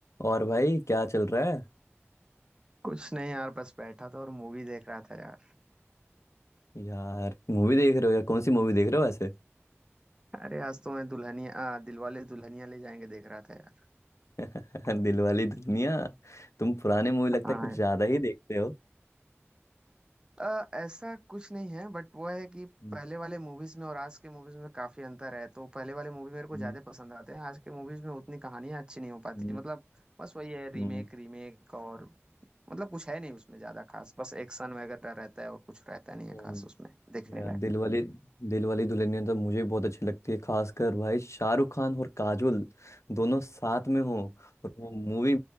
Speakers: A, on the left; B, on the right.
A: और भाई क्या चल रहा है
B: कुछ नहीं यार बस बैठा था और मूवी देख रहा था यार
A: यार मूवी देख रहे हो या कौन सी मूवी देख रहे हो वैसे
B: अरे आज तो मैं दुल्हनिया आ, दिलवाले दुल्हनिया ले जाएंगे देख रहा था यार
A: <laughs> दिलवाली दुल्हनिया तुम पुराने मूवी लगता
B: हाँ
A: है कुछ ज्यादा ही देखते हो
B: आ, ऐसा कुछ नहीं है बट वो है कि
A: हम्म,
B: पहले वाले मूवीज में और आज के मूवीज में काफी अंतर है तो पहले वाले मूवी मेरे को
A: हम्म,
B: ज्यादा पसंद आते हैं आज के मूवीज में उतनी कहानियां अच्छी नहीं हो पाती
A: हम्म,
B: मतलब बस वही है रीमेक
A: हम्म,
B: रीमेक और मतलब कुछ है नहीं उसमें ज्यादा खास बस एक्शन वगैरह रहता है और कुछ रहता नहीं है
A: हम्म।
B: खास उसमें देखने
A: यार
B: लायक
A: दिलवाली दिलवाली दुल्हनिया तो मुझे बहुत अच्छी लगती है खासकर भाई शाहरुख खान और काजोल दोनों साथ में हो और वो मूवी